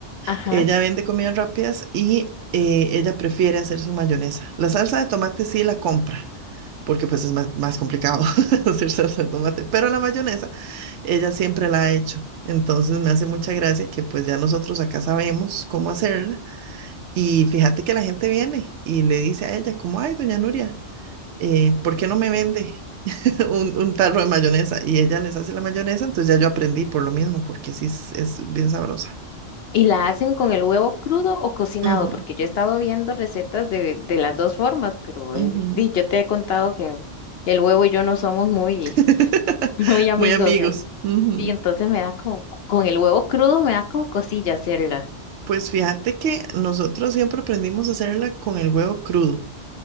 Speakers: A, on the left; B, on the right.
A: ajá.
B: Ella vende comidas rápidas y eh, ella prefiere hacer su mayonesa. La salsa de tomate sí la compra, porque pues es más, más complicado <laughs> hacer salsa de tomate, pero la mayonesa ella siempre la ha hecho. Entonces me hace mucha gracia que pues ya nosotros acá sabemos cómo hacerla. Y fíjate que la gente viene y le dice a ella, como, ay, doña Nuria eh, ¿por qué no me vende <laughs> un, un tarro de mayonesa? Y ella les hace la mayonesa, entonces ya yo aprendí por lo mismo, porque sí es, es bien sabrosa.
A: ¿Y la hacen con el huevo crudo o cocinado?
B: Ujú,
A: Porque yo he estado viendo recetas de, de las dos formas, pero
B: ujú.
A: eh, di, yo te he contado que el huevo y yo no somos muy,
B: <laughs>
A: <laughs> muy amigos.
B: Muy amigos.
A: en-
B: ujú.
A: y entonces me da como, con el huevo crudo me da como cosilla hacerla.
B: Pues fíjate que nosotros siempre aprendimos a hacerla con el huevo crudo.